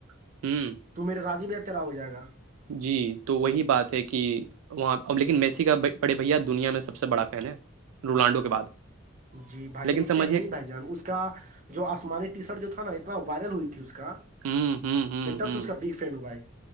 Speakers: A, on the right; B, on the right.
A: ہوں
B: تو میرے رای بھی تیرا ہو جائے گا
A: جی تو وہی بات ہے کہ وہاں اب لیکن میسی کا بڑے بھیا دنیا میں سب سے بڑا فین ہے رونالڈو کے بعد
B: جی بھائی
A: لیکن
B: جان اس
A: سمجھیے
B: کا ہے ہی بھائی جان اس اس کا جو آسمانی ٹی شرٹ جو تھا نا اتنا وائرل ہوئی تھی اس کا
A: ہ ہ ہ
B: میں تفس
A: ہ
B: اس کا بگ فرینڈ ہوں بھائی